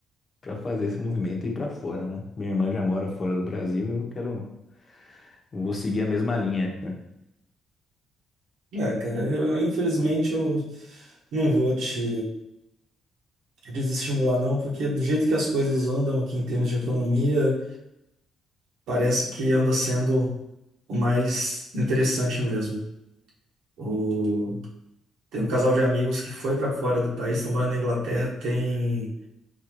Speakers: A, on the left (about 35°); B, on the right (about 85°).
A: para fazer esse movimento e ir para fora, né? Minha irmã já mora fora do Brasil, eu quero Vou seguir a mesma linha.
B: É, cara, eu- infelizmente eu não vou te desestimular, não, porque do jeito que as coisas andam aqui em termos de economia, parece que anda sendo o mais interessante mesmo. O... Tem um casal de amigos que foi para fora do país, estão morando na Inglaterra, tem